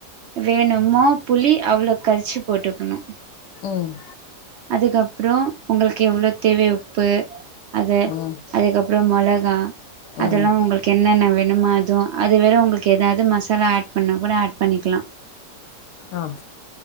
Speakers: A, on the right; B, on the left.
A: வேணுமோ புளி அவ்வளவு கரிச்சு போட்டுக்கணு
B: ம்
A: அதுக்கப்புறோ உங்களுக்கு எவ்வளோ தேவையோ ப்பு அது
B: ம்
A: அதுக்கப்றோ மொளகா அதெல்லா
B: ம்
A: உங்களுக்கு என்னென்ன வே என்ன மாதோ அது வேரு உங்களுக்கெதாது மசாலா ஆட் பண்ணா கூட ஆட் பண்ணிக்லா
B: ஆ